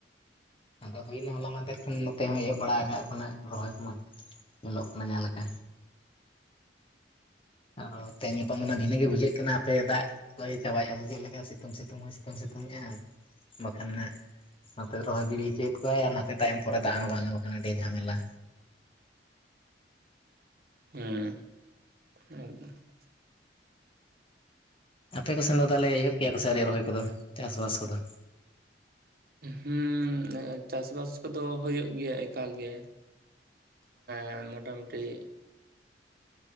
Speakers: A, on the left; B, on the right.
A: ᱟᱫᱚ ᱦᱩᱭᱱᱟ ᱦᱚᱞᱟ ᱢᱟᱦᱫᱷᱮᱨ ᱠᱷᱚᱱ ᱱᱚᱛᱮ ᱦᱚᱸ ᱮᱦᱚᱜ ᱵᱟᱲᱟ ᱟᱠᱟᱜ ᱵᱚᱱᱟ ᱨᱚᱦᱚᱭ ᱠᱚᱢᱟ ᱧᱮᱞᱚᱜ ᱠᱟᱱᱟ ᱡᱟᱦᱟᱸ ᱞᱮᱠᱟ ᱟᱨᱚ ᱛᱮᱦᱮᱧ ᱜᱟᱯᱟ ᱵᱷᱤᱱᱟᱹᱜ ᱜᱮ ᱵᱩᱡᱷᱟᱹᱜ ᱠᱟᱱᱟ ᱟᱯᱮ ᱫᱟᱜ ᱵᱟᱹᱭ ᱪᱟᱵᱟᱭᱮᱫᱼᱟ ᱪᱮᱫ ᱞᱮᱠᱟ ᱥᱤᱛᱩᱝ ᱥᱤᱛᱩᱝ ᱦᱚᱸᱭ ᱥᱤᱛᱩᱝ ᱥᱤᱛᱩᱝ ᱮᱼᱟ ᱵᱟᱠᱷᱟᱱ ᱱᱟᱜ ᱱᱚᱛᱮ ᱨᱚᱦᱚᱭ ᱜᱤᱰᱤ ᱦᱚᱪᱚᱭᱮᱫ ᱠᱚᱣᱟᱭ ᱟᱨ ᱱᱟᱛᱮ ᱛᱟᱭᱚᱢ ᱯᱚᱨᱮ ᱫᱟᱜ ᱦᱚᱸ ᱵᱟᱝ ᱠᱟᱱᱟ ᱟᱹᱰᱤ ᱡᱷᱟᱢᱮᱞᱟ
B: ᱦᱮᱸ ᱦ
A: ᱟᱯᱮ ᱠᱚ ᱥᱮᱱ ᱫᱚ ᱛᱟᱦᱚᱞᱮ ᱮᱦᱚᱵ ᱠᱮᱭᱟ ᱠᱚ ᱥᱮ ᱟᱣᱨᱤ ᱨᱚᱦᱚᱭ ᱠᱚᱫᱚ ᱪᱟᱥᱵᱟᱥ ᱠᱚᱫᱚ
B: ᱦᱩᱸ ᱪᱟᱥ ᱵᱟᱥ ᱠᱚᱫᱚ ᱦᱩᱭᱩᱜ ᱜᱮᱭᱟ ᱮᱠᱟᱞ ᱜᱮ ᱮᱸ ᱢᱚᱴᱟ ᱢᱩᱩᱴᱤ